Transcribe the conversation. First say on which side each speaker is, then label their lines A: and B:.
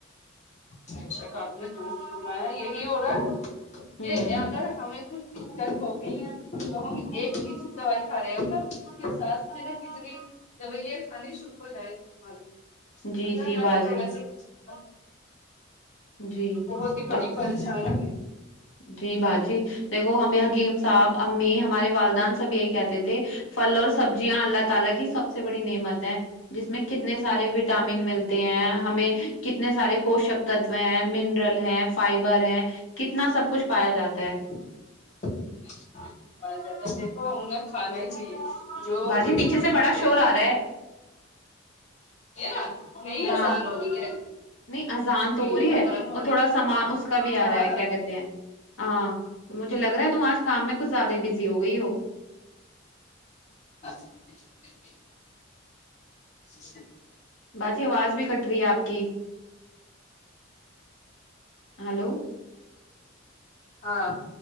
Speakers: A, on the left; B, on the left.
A: بےشک آپ نے دست فرمایا یہی ہو رہا ہے
B: ہوں
A: یہ اگر ہمیں کچھ دقت ہوگئی تو ہم ایک چیز کی دوائی کھا رہے ہیں نا اس کے ساتھ جو ہے نہ کتنی داوایاں کھانی شروع ہو جائے گی ہماری
B: جی
A: الله
B: جی
A: نا
B: باجی
A: کرے ایسے کوچ ہو
B: جی
A: بہت ہی بڑی
B: با-
A: پریشانی ہے
B: جی باجی دیکھو ہمیں حکیم صاحب امی ہمارے والدیںن سب یہی کہتے تھے پھل اور سبزیاں اللہ تعالی کی سب سے بڑی نعمت ہیں جس میں کتنے سارے وٹامن ملتے ہیں ہمیں کتنے سارے پوشک تتو ہیں منرل ہے فائبر ہے کتنا سب کچھ پایا جاتا ہے
A: <inaudible> دیکھو انھے کھانا ہی چاہیے جو
B: باجی
A: جیس
B: پیچھے سے بڑا
A: جیسی
B: شور آ رہا ہے
A: <unintelligible> نہیں
B: ہاں
A: آزان ہو رہی ہے
B: نہیں اذان تو
A: جی
B: ہو رہی ہے
A: آسان ہو
B: اور
A: رہی
B: تھوڑا
A: ہے،
B: سامان اس کا بھی آ
A: ہاں
B: رہا ہے کیا کہتے ہیں ہاں مجھے لگ رہا ہے تم آج کام میں کچھ زیادہ ہی بزی ہو گئی ہو
A: <inaudible> جی
B: باجی آواز بھی کٹ رہی ہے آپ کی ہلو
A: ہاں